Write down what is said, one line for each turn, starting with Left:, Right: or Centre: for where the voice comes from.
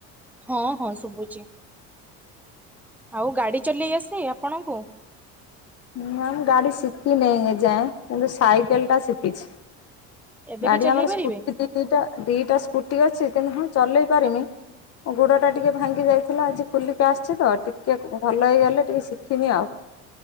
Centre: ହଁ ହଁ ଶୁଭୁଛି ଆଉ ଗାଡି ଚଲେଇ ଆସି ଆପଣଙ୍କୁ?
Left: ମ ଗାଡି ଶିଖିିନହିଁ ଏଯାଏଁ କିନ୍ତୁ ସାଇକେଲ ଟା ଶିଖିଛି।
Centre: ଏବେ
Left: ଗାଡି
Centre: ବି ଚଲେଇ
Left: ଆମର
Centre: ପାରିବେ?
Left: ସ୍କୁଟି ଦିଟା ଦିଟା ସ୍କୁଟି ଅଛି କିନ୍ତୁ ମୁ ଚଲେଇ ପାରିନି। ଗୁଡ଼ଟା ଟିକିେ ଭାଙ୍ଗି ଯାଇଥିଲା ଆଜି ବୁଲିକି ଆସିଛି ତ ଟିକିେ ଭଲ ହେଇଗଲେ ଟିକେ ଶିଖିମି ଆଉ।